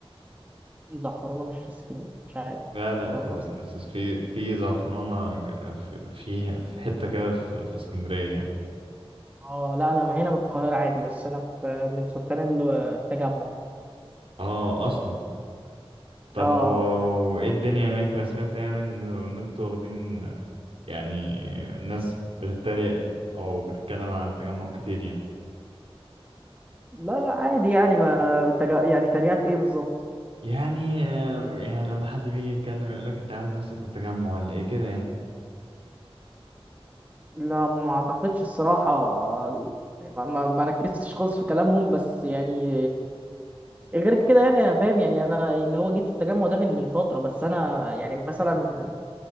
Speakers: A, on the right; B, on the right.
A: الزعفرانة مش في اسكندرية مش عارف
B: لا لا
A: الزعفرانة
B: في
A: في اسكندرية.
B: في في زعفرانة ج- في في في حتة كده في في اسكندرية يعني
A: أه لا أنا هنا من القاهرة عادي بس أنا في من سكان التجمع
B: اه اصلا طب
A: أه
B: و... وايه الدنيا هناك انا سمعت يعني انه ان انتوا واخدين يعني الناس بتتريق او بتتكلم عن التجمع كتير يعني
A: لا لا عادي يعني ما التج- يعني تريقة في إيه بالظبط؟
B: يعني آه، يعني لما حد بيجي يتكلم يقولك انت عامل نفسك من التجمع ولا ايه كده يعني
A: لا ما اعتقدش الصراحة يعني ما, ما ما ركزتش خالص في كلامهم بس يعني غير كده يعني انا فاهم يعني انا اللي هو جيت التجمع ده من من فترة بس انا يعني مثلا